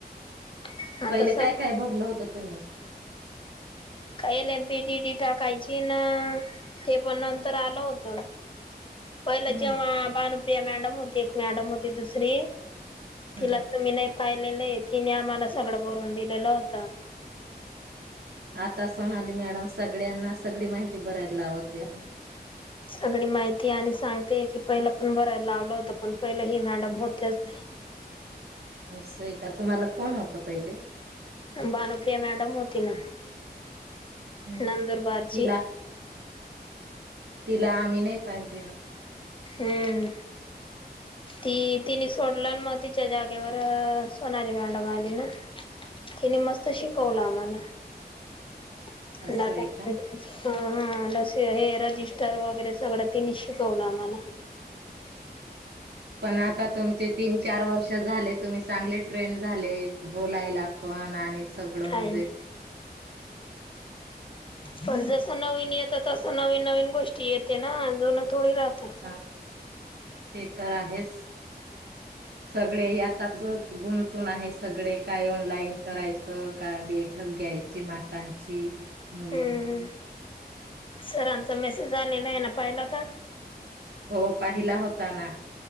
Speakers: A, on the left (about 30°); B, on the right (about 80°).
A: आता
B: पहिले काय काय भरलं होत तुम्ही
A: काही लेंपी डीडी टाकायची ना ते पण नंतर आलं होत. पहिले
B: हम्म
A: जेव्हा बा प्रिया मॅडम होती एक मॅडम होती दुसरी. तिला
B: हम्म
A: त मी नाही. पाहिलेलं तिने आम्हाला सगळं बरून दिलेलं होत
B: आता सोनली मॅडम सगळ्यांना सगळी माहिती भरायला लावते आहे
A: सगळी माहिती आणि सांगते की पहिला पण बरायला लावलं होत पण पहिलं ही मॅडम होतेच नाही
B: स आहे का तुम्हाला कोण होतं पहिले
A: भानुप्रिया मॅडम होती ना
B: हम्म
A: नंदुर बारचीी
B: तिला तिला आम्ही नाही पाहिले ना
A: हम्म ती तिने सोडलं आणि मग तिच्या जागेवर सोनाली मॅडम आली ना तिने मस्त शिकवलं आम्हाला <inaudible>
B: असं
A: ह
B: आहे का
A: हा हा हे रजिस्टर वगैरे सगळं तिनी शिकवलं आम्हाला
B: पण आता तुमचे तीन चार वर्ष झाले तुम्ही चांगले ट्रेन झाले बोलायला आपण आणि सगळं म्हणजे
A: काही नाही पण जस नवीन येतं तस नवीन नवीन गोष्टी येते ना जुन थोडी रात
B: हा, ते तर आहेच सगळे यात च गुंतून आहे सगळे काय ऑनलाईन करायचं काय बैठक घ्यायची मातांची मुलींची
A: हम्म सरांचा मेसेज आलेलाय ना पाहिला का
B: हो पाहिला होता ना